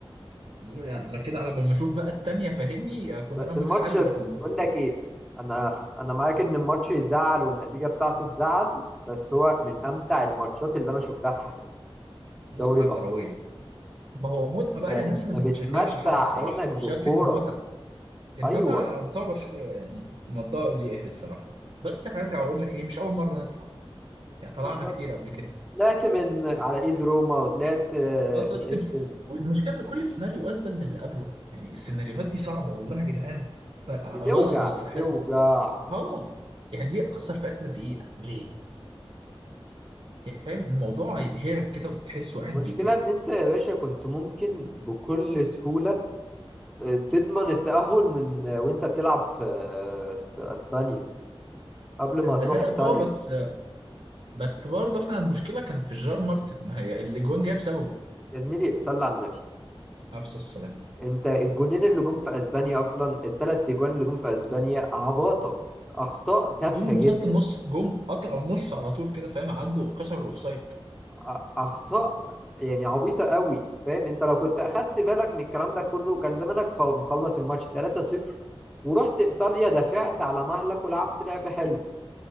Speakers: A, on the right; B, in the centre.
A: يعني على كده على بال ما اشوف بقى التانيه فاهمني آه، كنا
B: بس
A: انا متحلل
B: الماتش بقول
A: في
B: لك ايه انا انا معاك ان الماتش يزعل والنتيجه بتاعته تزعل بس هو من امتع الماتشات اللي انا شفتها في حياتي
A: المتعه
B: دوري الابطال
A: الكرويه ما هو متعه بقى
B: آه،
A: للناس
B: انت
A: اللي
B: بتمتع
A: ما بتشجعش حد الصراحه
B: عينك بكوره
A: شافت متعه انما
B: ايوه
A: بتوع برشلونه يعني الموضوع بيقهر الصراحه بس هرجع اقول لك ايه مش اول مره نطلع يعني طلعنا
B: بالظبط
A: كتير قبل كده
B: طلعت من على ايد روما وطلعت آه،
A: اه طلعت
B: في الانفيلد
A: بس والمشكله ان كل سيناريو ازبل من اللي قبله يعني السيناريوهات دي صعبه والله يا جدعان بقى
B: بتوجع
A: غلط على
B: بتوجع
A: صحتنا اه يعني ليه اخسر في اخر دقيقه ليه يعني فاهم الموضوع يقهرك كده وتحس واحد
B: المشكلة
A: بي بي
B: إن أنت يا باشا كنت ممكن بكل سهولة آه، تضمن التأهل من آه، وأنت بتلعب في آه، في أسبانيا قبل
A: في
B: ما
A: الذهاب
B: تروح إيطاليا
A: اه بس بس برضه احنا المشكله كانت في جيرار مارتن ما هي اللي جون جاب سببه
B: يا زميلي صلي على النبي
A: نفس السلام
B: أنت الجونين اللي جم في أسبانيا أصلا التلات أجوان اللي جم في أسبانيا عباطة أخطاء تافهة
A: جم من
B: جدا
A: خط النص جم قطعوا النص على طول كده فاهم عدوا كسروا الاوفسايد
B: أ- أخطاء يعني عبيطة قوي فاهم أنت لو كنت أخدت بالك من الكلام ده كله كان زمانك خ- مخلص الماتش 3-0 ورحت إيطاليا دافعت على مهلك ولعبت لعب حلو